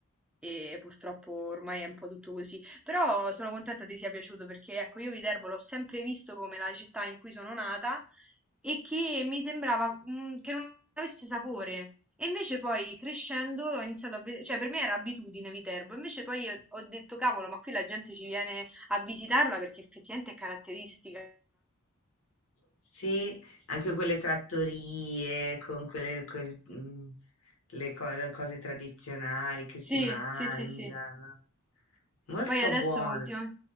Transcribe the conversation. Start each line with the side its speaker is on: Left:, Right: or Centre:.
Centre: e purtroppo ormai è un po' tutto così. Però sono contenta ti sia piaciuto perché ecco, io Viterbo l'ho sempre visto come la città in cui sono nata e che mi sembrava mm, che non avesse sapore. E invece poi crescendo ho iniziato a vedere, cioè per me era abitudine Viterbo, invece poi io ho detto cavolo, ma qui la gente ci viene a visitarla perché effettivamente è caratteristica.
Left: sì, anche quelle trattorie con quelle, quel- mm, le co- le cose tradizionali che
Centre: Sì,
Left: si mangiano.
Centre: sì, sì, sì.
Left: Molto
Centre: Poi adesso
Left: buono.
Centre: ultima-